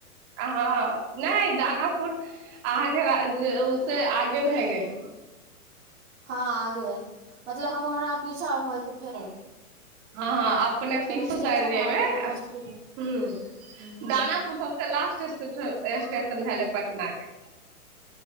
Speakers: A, on the right; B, on the right.
A: आँ हँ नहि दानापुर। अहाँके से आगे भए गेल।
B: हँ आगे हय, मतलब हम हमरा पीछा होके।
A: हँ हँ अपने पीछु
B: फेर स्टेशन
A: उतर जेबै,
B: आयब वहाँ से फिर
A: हुं।
B: हूँ
A: दानापुर सबसे लास्ट स्टेशन भेलै पटना के।